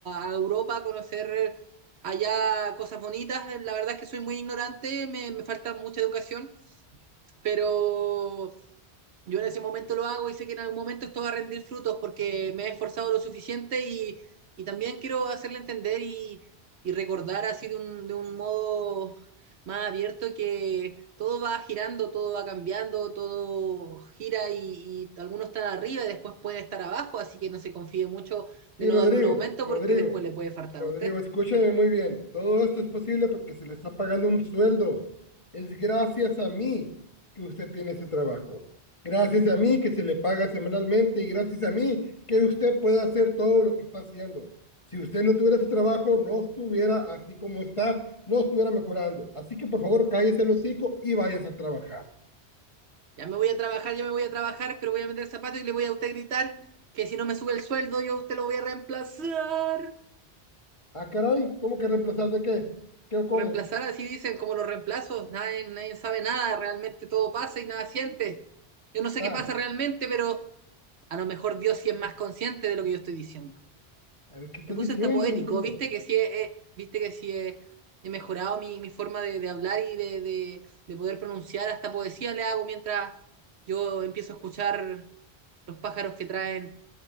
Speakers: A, on the right (about 80°); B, on the left (about 30°).
A: a, a Europa a conocer allá cosas bonitas. La verdad es que soy muy ignorante, me, me falta mucha educación, pero yo en ese momento lo hago y sé que en algún momento esto va a rendir frutos porque me he esforzado lo suficiente y, y también quiero hacerle entender y, y recordar así de un, de un modo más abierto que todo va girando, todo va cambiando, todo gira y, y algunos están arriba y después pueden estar abajo, así que no se confíe mucho
B: Y
A: de no
B: Rodrigo,
A: darme un aumento
B: Rodrigo,
A: porque después le puede faltar
B: Rodrigo,
A: a usted.
B: escúchame muy bien. Todo esto es posible porque se le está pagando un sueldo. Es gracias a mí que usted tiene ese trabajo. Gracias a mí que se le paga semanalmente y gracias a mí que usted puede hacer todo lo que está haciendo. Si usted no tuviera ese trabajo, no estuviera así como está, no estuviera mejorando. Así que por favor, cállese el hocico y váyase a trabajar.
A: Ya me voy a trabajar, ya me voy a trabajar, pero voy a meter zapatos y le voy a usted gritar que si no me sube el sueldo yo a usted lo voy a reemplazar.
B: Ah, caray, ¿cómo que reemplazar de qué? ¿Qué o cómo?
A: Reemplazar así dicen, como los reemplazos, nadie, nadie sabe nada, realmente todo pasa y nada siente. Yo no sé
B: Ah,
A: qué pasa realmente, pero a lo mejor Dios sí es más consciente de lo que yo estoy diciendo.
B: a ver, ¿qué estás
A: Me puse
B: diciendo,
A: hasta poético,
B: Rodrigo?
A: viste que sí he, he- viste que sí he, he mejorado mi, mi forma de, de hablar y de, de- de poder pronunciar. Hasta poesía le hago mientras yo empiezo a escuchar los pájaros que traen.